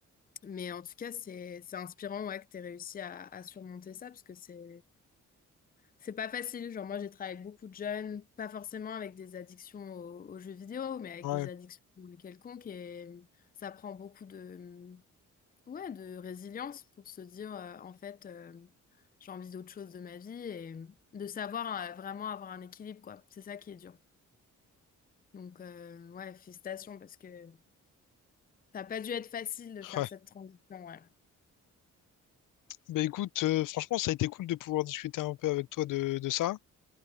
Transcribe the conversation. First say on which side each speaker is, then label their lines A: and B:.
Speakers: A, on the left (about 30°); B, on the left (about 80°).
A: mais en tout cas, c'est c'est inspirant ouais que tu réussi à, à surmonter ça parce que c'est c'est pas facile. Genre, moi, j'ai travaillé avec beaucoup de jeunes, pas forcément avec des addictions aux, aux jeux vidéo, mais avec
B: Ouais.
A: des addictions quelconques. Et euh, ça prend beaucoup de, ouais, de résilience pour se dire, euh, en fait, euh, j'ai envie d'autre chose de ma vie et de savoir euh, vraiment avoir un équilibre, quoi. C'est ça qui est dur. Donc, euh, ouais, félicitations parce que ça n'a pas dû être facile de faire
B: Ouais.
A: cette transition, ouais.
B: Bah écoute, euh, franchement, ça a été cool de pouvoir discuter un peu avec toi de, de ça.